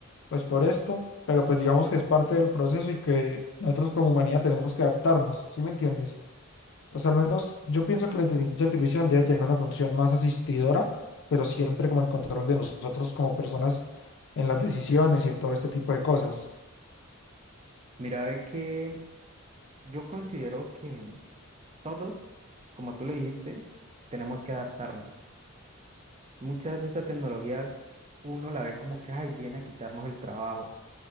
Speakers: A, on the left; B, on the right.
A: pues por esto, pero pues digamos que es parte del proceso y que nosotros como humanidad tenemos que adaptarnos, ¿sí me entiendes? O sea, al menos yo pienso que la inteligencia artificial debe tener una función más asistidora, pero siempre como el control de nosotros como personas en las decisiones y en todo este tipo de cosas.
B: Mira, ve que Yo considero que todos, como tú lo dijiste, tenemos que adaptarnos. Muchas de estas tecnologías uno la ve como que, ay, viene a quitarnos el trabajo.